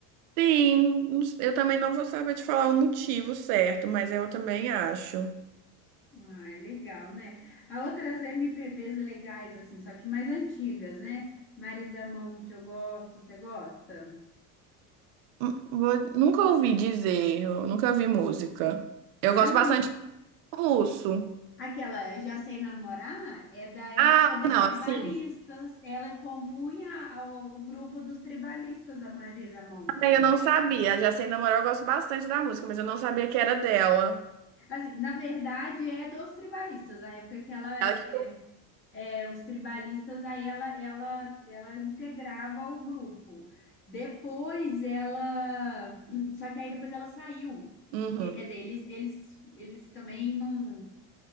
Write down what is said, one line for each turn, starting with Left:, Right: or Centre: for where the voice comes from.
Right: Sim, não s- eu também não vou saber te falar o motivo certo, mas eu também acho.
Left: Ah, é legal, né? Há outras MPBs legais, assim, só que mais antigas, né? Marisa Monte, eu gosto, você gosta?
Right: Hum, vou- Nunca ouvi dizer, eu nunca vi música. Eu
Left: Ah,
Right: gosto
Left: não.
Right: bastante do russo.
Left: Aquela Eu Já Sei Namorar é da época
Right: Ah,
Left: dos
Right: não,
Left: tribalistas.
Right: assim,
Left: Ela compunha a- o grupo dos tribalistas, a Marisa Monte.
Right: também eu não sabia. Já sei namorar, eu gosto bastante da música, mas eu não sabia que era dela.
Left: Assim, na verdade, é dos tribalistas, a época que ela é.
Right: Ela que.
Left: é, os tribalistas, aí ela, ela, ela integrava o grupo. Depois ela. <clears throat> Só que aí depois ela saiu.
Right: Uhum,
Left: E aí, quer dizer, eles, eles, eles também não